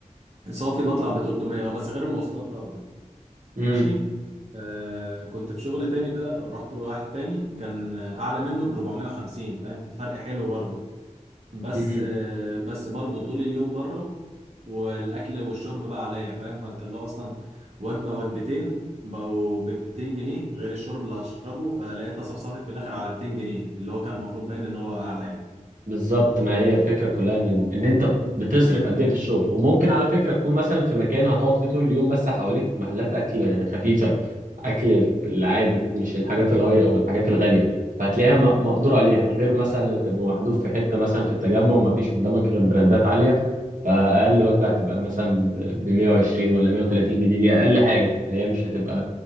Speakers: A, on the right; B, on the right.
A: صافي بطلع ب 300 اه بس غير المواصلات طبعا ماشي
B: امم
A: آه كنت في شغل تاني بقى ورحت واحد تاني كان آه، اعلى منه ب 450 فاهم في فرق حلو برضه بس
B: امم
A: آه، بس برضو طول اليوم بره والاكل والشرب بقى عليا فاهم فانت اللي هو اصلا وجبه وجبتين بقوا ب 200 جنيه غير الشرب اللي هشربه فلقيتها صفصفت في الاخر على 200 جنيه اللي هو كان المفروض باين ان هو اعلى يعني
B: بالظبط ما هي الفكرة كلها ان ان انت بتصرف قد ايه في الشغل وممكن على فكرة تكون مثلا في مكان هتقعد فيه طول اليوم بس حواليك محلات اكل خفيفة اكل العادي مش الحاجات الهاي او الحاجات الغاليه فهتلاقيها م- مقدور عليها غير مثلا لما تبقى محذوف في حته مثلا في التجمع وما فيش قدامك غير براندات عاليه فاقل وجبه هتبقى مثلا ب 120 ولا 130 جنيه دي اقل حاجه اللي هي مش هتبقى